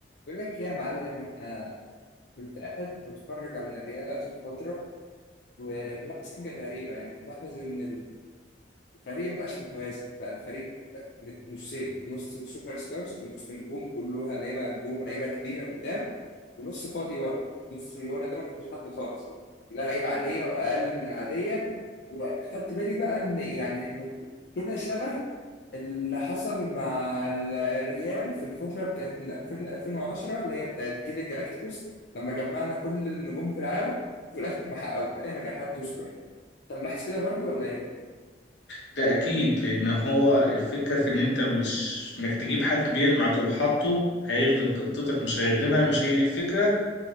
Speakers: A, on the left (about 65°); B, on the left (about 80°).
A: بقول لك إيه يا معلم أنا كنت قاعد بتفرج على الريال آخر فترة وملاحظ حاجة غريبة يعني ملاحظ إن الفريق مبقاش متوازن بقى الفريق نصين نص سوبر ستارز نص نجوم كلها لعيبة نجوم لعيبة كبيرة قدام ونص فاضي ورا نص اللي ورا ده مفيش حد خالص لا لعيبة عادية وأقل من العادية وأخدت بالي بقى إن يعني إحنا كده شبه اللي حصل مع ال- الريال في الفترة بتاعت من 2000 ل 2010 اللي هي بتاعت جيل الجلاكتيكوس لما جمعنا كل النجوم في العالم في الآخر ما حققوش أي نجاحات تذكر طب ملاحظ كده برضو ولا إيه؟
B: ده اكيد لان هو الفكره في ان انت مش انك تجيب حد بيلمع تقوم حاطه هيخدم خطتك مش هيخدمها مش هي دي الفكره